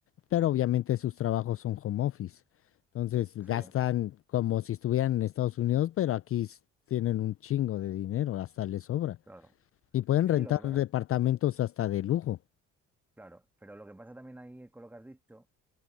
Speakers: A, on the left; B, in the centre.
A: pero obviamente sus trabajos son home office. Entonces
B: Sí,
A: gastan como si estuvieran en Estados Unidos, pero aquí s- tienen un chingo de dinero, hasta les sobra.
B: claro.
A: Y pueden
B: Sí,
A: rentar
B: lo que
A: departamentos
B: pasa.
A: hasta de lujo.
B: Claro, pero lo que pasa también ahí con lo que has dicho